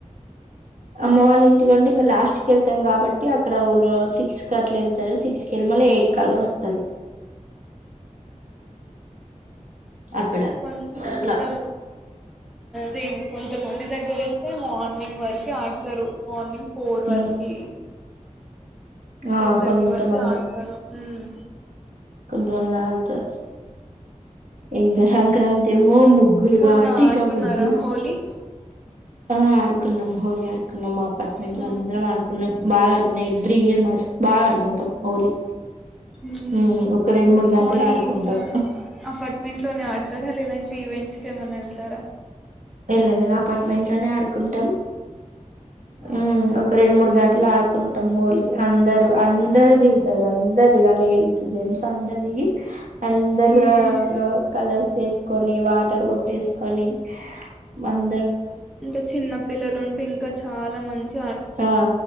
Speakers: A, on the right; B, in the centre.
A: ఆమోవళ ఎందుకంటే ఇంకా లాస్ట్ కి వెళ్తాం కాబట్టి అక్కడఊ సిక్స్ అట్లా వెళ్తారు సిక్స్ కిలమల ఎయిట్ కల్లో వస్తారు అక్కడ.
B: కొ
A: అలా.
B: క దేం కొంతమంది దగ్గర అయితే మార్నింగ్ వరకు ఆడతారు మార్నింగ్ కో
A: హ్మ్.
B: వర్కి ఫోర్
A: ఆ!
B: థర్టీ
A: కొంతమంది
B: వరకు ఆడతారు హ్మ్
A: కుంటు వందా త ఏంకా సంక్రాంతి ఏమో ముగ్గులు
B: మొన్న
A: కాబట్టి
B: ఆడుకున్నారా
A: ఇక ముగ్గులు
B: హోలీ
A: ఆ ఆడుకున్నా మ్ హోలీ ఆడుకున్నాం మా అపార్ట్మెంట్
B: ఆ,
A: ల అందరం ఆడుకున్నాం, బాగా ఆడుకున్నాం ఎవ్రీ ఇయర్, మస్ బాగా ఆడుకుంటాం హోలీ
B: ఉమ్.
A: హ్మ్. ఒక
B: హోలీ
A: గంటలు ఆడుకుంటాం.
B: ఇంట్లో అపార్ట్మెంట్ లోనే ఆడతారా లేదంటే ఈవెంట్స్ ఏమన్నా ఎల్ తార
A: ఎల్ వెల అపార్ట్మెంట్ ట్లోనే ఆడుకుంటాం
B: ఆ,
A: హ్మ్ ఒక రెండు మూడు గంట్ లాార్కుొన్ కుంటాం హోలీ అందరు అందరు దిగుతారు, అందరు దిగా లేడీస్ జెంట్స్ అందరు దిగి. అందరు కూడా
B: ఉమ్.
A: కలర్స్ ఏ స్ కొని వాటర్ కొట్టేసుకొని వన్
B: ఇంక చిన్న పిల్లలు ఉంటే ఇంక చ్ చాలా మంచి
A: ఆ